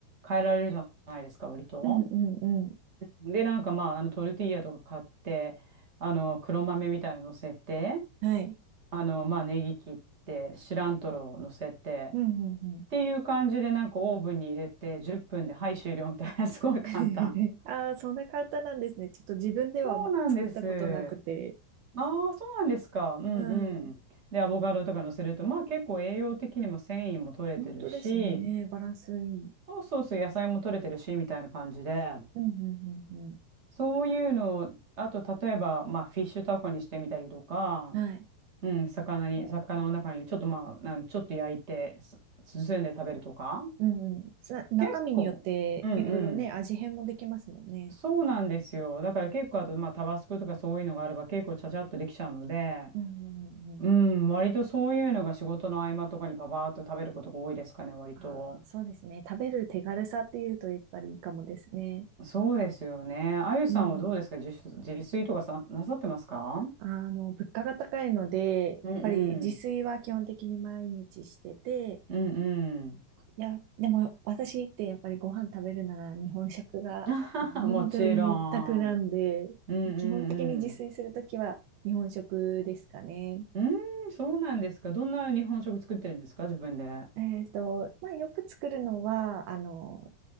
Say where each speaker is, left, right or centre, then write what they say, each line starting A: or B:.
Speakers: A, on the right; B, on the right.
A: 変えられるじゃないですか、割と。
B: うんうんうん。
A: で、なんかまあ、あのトルティーヤとか買って、あの黒豆みたいなの乗せて、
B: はい。
A: あのまあ、ネギ切って、シラントロを乗せて、
B: うん。
A: っ
B: うん、
A: ていう感じで、なんかオーブンに入れて、10分で、はい、終了みたいな <laughs>、すごい簡単。
B: うん、<laughs> ああ、そんな簡単なんですね。ちょっと自分では、
A: そうなんです。
B: ま、作ったことなくて。
A: ああ、そうなんですか。うんうん。
B: うん。
A: で、アボカドとか乗せると、まあ結構栄養的にも繊維も取れてるし、
B: 本当ですね。バランスいい。
A: そうそうそう、野菜も取れてるし、みたいな感じで、
B: うん。うん、うん、う
A: そういうのを、あと、例えば、まあ、フィッシュタコにしてみたりとか、
B: ん。はい。
A: うん、魚に、
B: お
A: 魚の中に、ちょっとまあ、なん、ちょっと焼いて、す包んで食べるとか。
B: うんうん。さ中身によっていろいろね、
A: 結構、うんうん。
B: 味変もできますもんね。
A: そうなんですよ。だから結構、あと、まあ、タバスコとかそういうのがあれば結構ちゃちゃっとできちゃうので、
B: うん、うん、うん。
A: うん、割とそういうのが仕事の合間とかにパパーっと食べることが多いですかね、割と。
B: ああ、そうですね。食べる手軽さっていうとやっぱりいいかもですね。
A: そうですよね。あゆさんはどうですか自炊、
B: うん。
A: 自炊とかさ、なさってますか
B: あの、物価が高いので、
A: うんうん。
B: やっぱり自炊は基本的に毎日してて、
A: うんうん。
B: いや、でも私ってやっぱりご飯食べるなら日本食が本当に一択なんで、
A: <laughs> もちろん。うんうんうん。
B: 基本的に自炊するときは日本食ですかね。
A: うーん、そうなんですか。どんな日本食作ってるんですか自分で。
B: えっと、まあ、よく作るのは、あの、